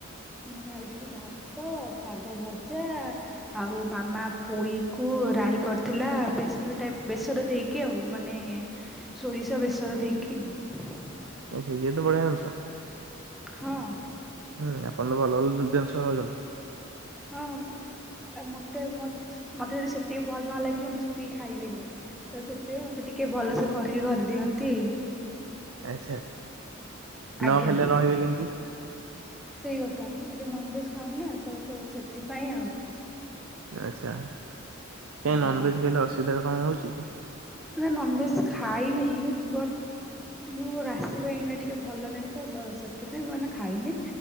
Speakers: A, in the centre; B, on the right.
A: ମୁଁ ଖାଇଛି ଭାତ, ଶାଗ ଭଜା ଆଉ ମାମା ପୋଇକୁ ରାଇ କରିଥିଲା ବେସର ଟାଇପ ବେସର ଦେଇକି କି ଆଉ ମାନେ ସୋରିଷ ବେସର ଦେଇକି ଆଉ।
B: ଆଚ୍ଛା ଇଏ ତ ବଢିଆ ଜିନିସ
A: ହଁ।
B: ହୁଁ ଆପଣ ତ ଭଲ ଭଲ ଜିନିଷ ଖାଉଛନ୍ତି
A: ହଁ ମତେ ମତେ ଯଦି ସେତିକି ଭଲ ନ ଲାଗିବ ମୁଁ ସେତିକି ଖାଇବିନି। ତ ସେଥିପାଇଁ ମତେ ଟିକେ ଭଲସେ ଖରିକି ଘରି ଦିଅନ୍ତି।
B: ଆଚ୍ଛା, ନ
A: ଆଜ୍ଞା
B: ଖାଇଲେ ରହିବେ କେମତି?
A: ସେଇ କଥା ମୁଁ ଏଵେ ନନ୍‌ଭେଜ୍‌ ଖାଉନା ତ ତ, ସେଥିପାଇଁ ଆଉ।
B: ଆଚ୍ଛା,
A: ହଁ
B: କାଇଁ ନନଭେଜ୍ ଖାଇଲେ, ଅସୁବିଧା କଁ ହଉଛି କି?
A: ନା, ନନ୍‌ଭେଜ୍‌ ଖାଇନି ବଟ ମୋ ରାଶି ପାଇଁ ଏଇନା ଟିକେ ଭଲ ନାହିଁ ତ ତ, ସେଥିପାଇଁ ମୁଁ ଏଇନା ଖାଇନି।